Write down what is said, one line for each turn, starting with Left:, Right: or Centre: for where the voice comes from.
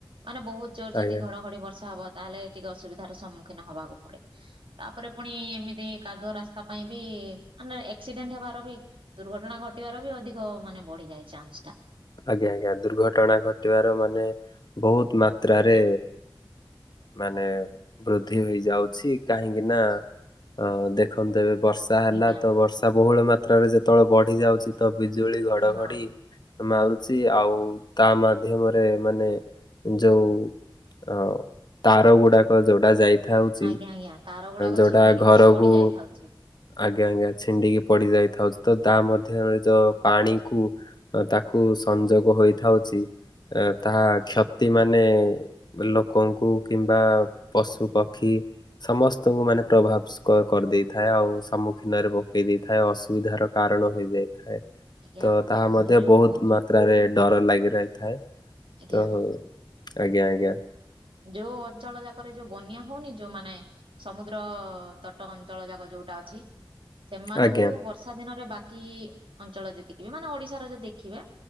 Right: ମାନେ ବହୁତୋ ଯଦି
Left: ଆଜ୍ଞା
Right: ଘଡଘଡି ବର୍ଷା ହବ ତାହେଲେ ଟିକେ ଅସୁବିଧା ସମ୍ମୁଖୀନ ହବାକୁ ପଡେ ତାପରେ ପୁଣି ଏମିତି କାଦୁଆ ରାସ୍ତା ପାଇଁ ବି ମାନେ ଏସିଡେଣ୍ଟ ହେବାର ବି ଦୁର୍ଘଟଣା ଘଟିବାର ବି ଅଧିକ ମାନେ ବଢିଯାଏ ଚାନ୍ସ ଟା
Left: ଆଜ୍ଞା ଆଜ୍ଞା ଦୁର୍ଘଟଣା ଘଟିବାର ମାନେ ବହୁତ ମାତ୍ରାରେ
Right: ଆଜ୍ଞା
Left: ମାନେ ବୃଦ୍ଧି ହେଇଯାଉଛି କାହିଁକି ନା ଅ ଦେଖନ୍ତୁ ଏବେ ବର୍ଷା ହେଲା
Right: ଆଜ୍ଞା
Left: ତ ବର୍ଷା ବହୁଳ ମାତ୍ରାରେ ଯେତେବେଳେ ବଢି ଯାଉଛି ତ ବିଜୁଳି ଘଡଘଡି
Right: ହଁ
Left: ମାରୁଛି ଆଉ ତା ମାଧ୍ୟମରେ ମାନେ ଯୋଉ ଅ ତାର ଗୁଡାକ ଯୋଉଟା ଯାଇ ଠା ହୋଉଛି
Right: ଆଜ୍ଞା ଆଜ୍ଞା ତାର ଗୁଡାକ
Left: ଯୋଉଟା
Right: ଛିଣ୍ଡିକି
Left: ଘରକୁ
Right: ସେଟା ପଡି ଯାଇଥାଉଛି
Left: ଆଜ୍ଞା ଆଜ୍ଞା ଛିଣ୍ଡିକି ପଡି ଯାଇଥାଉ ତ ତା ମଧ୍ୟରେ ଯୋଉ ପାଣି କୁ ତାକୁ ସଂଯୋଗ ହୋଇଥାଉଛି ଏ ତାହା
Right: ଆଜ୍ଞା
Left: କ୍ଷତି ମାନେ ଲୋକଙ୍କୁ କିମ୍ବା ପଶୁ ପକ୍ଷୀ ସମସ୍ତଙ୍କୁ ମାନେ ପ୍ରଭାବ କରିଦେଇଥାଏ। ଆଉ ସମ୍ମୁଖୀନରେ ପକେଇ ଦେଇଥାଏ ଅସୁବିଧାର କାରଣ ହେଇଯାଇଥାଏ।
Right: ଆଜ୍ଞା
Left: ତ ତାହା ମଧ୍ୟ
Right: ଆଉ ଯୋଉ
Left: ବହୁତ ମାତ୍ରାରେ ଡର ଲାଗି ରହିଥାଏ।
Right: ଆଜ୍ଞା
Left: ତ ଆଜ୍ଞା ଆଜ୍ଞା
Right: ଯୋଉ ଅଞ୍ଚଳ ଯାକରେ ଯୋଉ ବନ୍ୟା ହଉନି ଯୋଉ ମାନେ ସମୁଦ୍ର ତଟ ଅଞ୍ଚଳ ଯାକ ଯୋଉ ଅଛି ସେମାନଙ୍କୁ
Left: ଆଜ୍ଞା।
Right: ବର୍ଷା ଦିନରେ ବାକି ବାକି ଅଞ୍ଚଳ ଯେତିକିବି ମାନେ ଓଡିଶାର ଯଦି ଦେଖିବେ